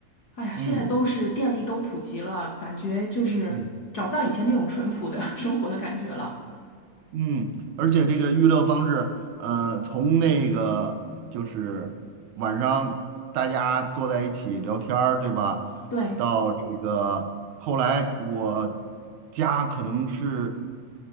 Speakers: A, on the left; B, on the right.
A: 哎呀，
B: 嗯
A: 现在都是电力都普及了，感觉就是找不到以前那种淳朴的
B: 嗯
A: <laughs> 生活的感觉了。
B: 嗯，而且这个娱乐方式，呃，从那个就是晚上大家坐在一起聊天儿，对吧？
A: 对，
B: 到这个后来，我家可能是